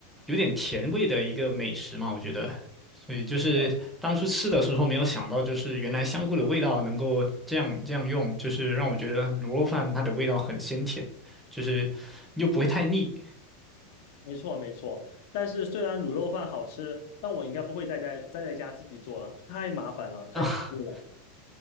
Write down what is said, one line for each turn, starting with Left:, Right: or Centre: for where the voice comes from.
Centre: 有点甜味的一个美食嘛，我觉得。所以就是当初吃的时候没有想到，
Left: 是的，
Centre: 就是原来香菇的味道能够这样这样用，就是让我觉得卤肉饭它的味道很鲜甜，就是又不会太腻
Left: 没错没错。但是虽然卤肉饭好吃，但我应该不会在家再在家自己做了，太麻烦了，太恐怖了。
Centre: 啊，<laughs>